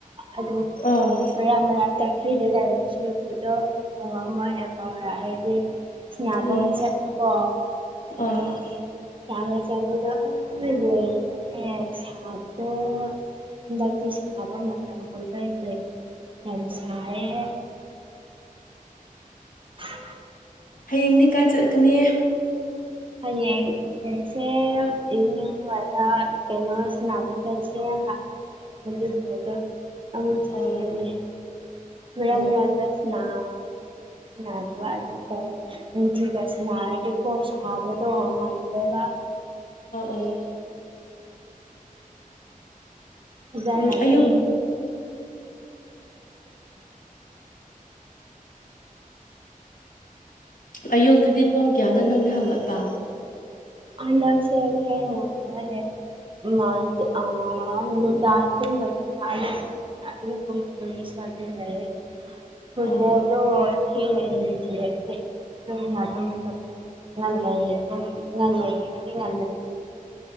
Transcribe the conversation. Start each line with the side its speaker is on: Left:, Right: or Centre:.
Right: ꯑꯗꯨ
Left: ꯑꯥ
Right: ꯃꯔꯛ ꯃꯔꯛꯇ ꯐ꯭ꯔꯤꯗ ꯂꯩ ꯁꯨꯔꯨꯄꯗꯣ ꯑ ꯃꯅꯦ ꯀꯥꯎ ꯍꯥꯏꯗꯤ ꯌꯥꯕ
Left: ꯎꯝ
Right: ꯆ ꯀꯣ
Left: ꯑꯥ
Right: ꯁꯥꯏꯖꯥꯗ ꯑꯩ ꯃꯦꯛ ꯁꯕꯣ ꯍꯟꯗꯛꯇꯤ ꯁꯥꯕ ꯃꯇꯝ ꯍꯣꯏꯕ ꯍꯦ ꯌꯥꯝ ꯁꯥꯏꯌꯦ <inaudible>
Left: ꯍꯌꯦꯡꯗꯤ ꯀꯥꯏ ꯆꯠꯀꯅꯤ
Right: ꯍꯌꯦꯡ ꯏꯁꯦ ꯏ ꯋꯥ ꯀꯩꯅꯣꯁꯕ ꯆꯁꯦ <inaudible> ꯑꯃ
Left: ꯑꯥ
Right: ꯆ
Left: ꯑꯥ
Right: ꯃ ꯃꯔꯗꯁꯅ
Left: ꯑꯥ
Right: ꯅꯕ ꯑꯗꯨꯝ ꯇꯧ ꯅꯨꯡꯇꯒ ꯁꯟꯅꯔꯒꯦ ꯀꯣꯔꯁ ꯑꯕꯗꯣ ꯃꯜꯗꯗꯦꯕ
Left: ꯑꯥ
Right: ꯑꯖꯅ
Left: ꯎꯝ
Right: ꯑꯗꯨ
Left: ꯑꯌꯨꯛ ꯑꯌꯨꯛꯇꯗꯤ ꯄꯨꯡ ꯀꯌꯥꯗ ꯅꯪꯗꯤ ꯍꯧꯒꯠꯄ
Right: ꯑꯗꯁꯦ ꯊꯦꯡꯅꯥ ꯍꯦꯠꯠꯂꯦ ꯑꯔ ꯑꯗꯨ ꯑꯗꯨ ꯐꯨꯠꯕꯣꯜꯣ
Left: ꯑꯣ
Right: ꯌꯥꯗ ꯌꯥ ꯂ ꯉ ꯃꯇꯗꯤ ꯉ